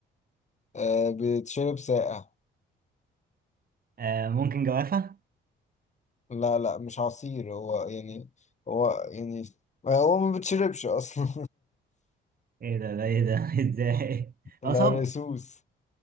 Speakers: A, on the left; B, on the right.
A: أه بيتشرب ساقع
B: آه ممكن جوافة؟
A: لا لا مش عصير هو يعني هو يعني هو ما بيتشربش اصلا
B: ايه ده ده ايه ده <laughs> ازاي
A: <laughs> العرقسوس
B: اه صبر